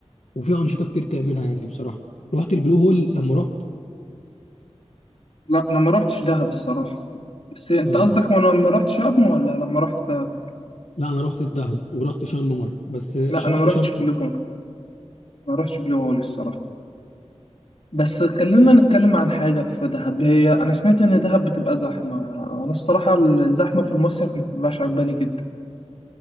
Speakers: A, on the left; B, on the left.
A: وفي أنشطة كتير تعملها يعني بصراحة رحت البلو هول لما رحت
B: لا انا ما رحتش دهب الصراحه بس انت
A: آه.
B: قصدك وانا ما رحتش ابم ولا لما رحت دهب
A: لا انا رحت الدهب ورحت شرم مره بس ش-
B: لا انا
A: رحت
B: ما رحتش
A: شرم
B: بلو هول ما رحتش بلو هول الصراحه بس خلينا نتكلم عن حاجة في دهب هي أنا سمعت إن دهب بتبقى زحمة أنا الصراحة الزحمة في المصيف ما بتبقاش عجباني جدا